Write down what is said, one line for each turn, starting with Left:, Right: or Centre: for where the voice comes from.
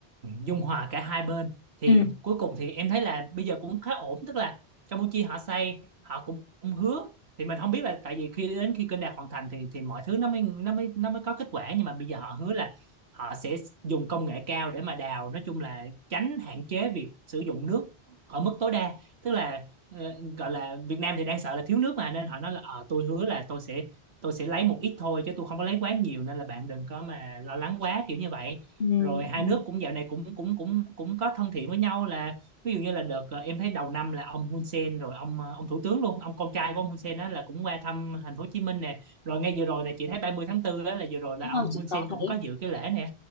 Right: dung hòa cả hai bên thì
Left: ừ
Right: cuối cùng thì em thấy là bây giờ cũng khá ổn tức là Campuchia họ xây họ cũng cũng hứa thì mình không biết là tại vì khi đến khi kênh đào hoàn thành thì thì mọi thứ nó mới nó mới nó mới có kết quả nhưng mà bây giờ họ hứa là họ sẽ dùng công nghệ cao để mà đào nói chung là tránh hạn chế việc sử dụng nước ở mức tối đa tức là ờ, gọi là Việt Nam thì đang sợ là thiếu nước mà nên họ nói là ờ, tôi hứa là tôi sẽ tôi sẽ lấy một ít thôi chứ tôi không có lấy quá nhiều nên là bạn đừng có mà lo lắng quá kiểu như vậy
Left: ừ
Right: rồi hai
Left: ừ.
Right: nước cũng dạo này cũng cũng cũng cũng có thân thiện với nhau là ví dụ như là đợt ờ, em thấy đầu năm là ông Hun Sen rồi ông ờ, ông thủ tướng luôn ông con trai của ông Hun Sen đó là cũng qua thăm thành phố Hồ Chí Minh nè rồi ngay vừa rồi này chị thấy ba mươi tháng 4 đó là vừa rồi là
Left: Đúng rồi,
Right: ông
Left: chị
Right: Hun
Left: có
Right: Sen cũng
Left: thấy.
Right: có dự cái lễ nè